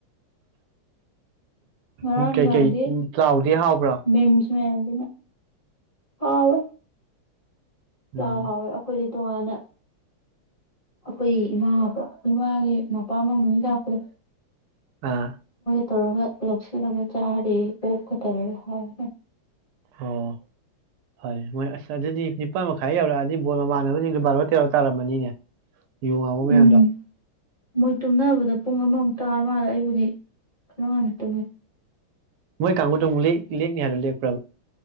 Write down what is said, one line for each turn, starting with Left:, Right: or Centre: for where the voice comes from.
Left: ꯉꯔꯥꯡ
Right: ꯑꯣ
Left: ꯅꯨꯡꯗꯥꯡꯗꯤ
Right: ꯀꯩꯀꯩ ꯊꯤ ꯆꯥꯎꯗꯤ ꯍꯥꯎꯕ꯭ꯔꯥ
Left: ꯃꯤꯝꯁ ꯃꯌꯥꯝꯁꯤꯅ ꯍꯥꯎꯋꯦ ꯄ꯭ꯂꯥꯎ
Right: ꯎꯝ
Left: ꯍꯥꯎꯋꯦ ꯑꯩꯈꯣꯏ ꯇꯣꯉꯥꯟꯅ ꯑꯩꯈꯣꯏ ꯏꯃꯥꯕ ꯏꯃꯥꯒꯤ ꯃꯄꯥꯝ ꯂꫭꯝꯒꯤ ꯃꯤ ꯂꯥꯛꯄꯗꫭ
Right: ꯑꯥ
Left: ꯇꯧꯔꯒ ꯂꯧꯁꯤꯜꯂꯒ ꯆꯥꯔꯤ ꯑꯣꯛꯀ ꯇꯧꯔꯒ ꯍꯥꯎꯋꯦ ꯍꯥꯎ
Right: ꯑꯣ ꯐꯔꯦ ꯃꯣꯏ ꯑꯁ ꯑꯗꯨꯗꯤ ꯅꯤꯄꯥꯥꯟ ꯃ ꯈꯥꯏ ꯌꯧꯔꯛ ꯑꯗꯤ ꯕꫭꯔ ꯃꯃꯥꯟꯅꯕꯁꯤꯡꯗꫭ ꯕꯥꯔꫭ ꯀꯩꯅꫭ ꯇꯥꯔꯝꯃꯅꯤꯅꯦ ꯌꯨ ꯉꯥꯎꯕ ꯃꯌꯥꯝꯗꯣ
Left: ꯎꯝ ꯃꯣꯏ ꯇꯨꯝꯅꯕꯗ ꯄꯨꯡ ꯑꯃꯃꯨꯛ ꯇꯥ ꯃꯥꯜꯂꯦ ꯑꯩꯕꯨꯗꯤ ꯈꯔ ꯉꯟꯅ ꯇꯨꯝꯃꯦ
Right: ꯃꯣꯏ ꯀꯥꯒꯨꯗꯨ ꯃꯨꯛ ꯂꯦꯛ ꯂꯦꯛꯅꯤ ꯍꯥꯏꯕꯗꯨ ꯂꯦꯛ ꯄ꯭ꯔꯥꯕ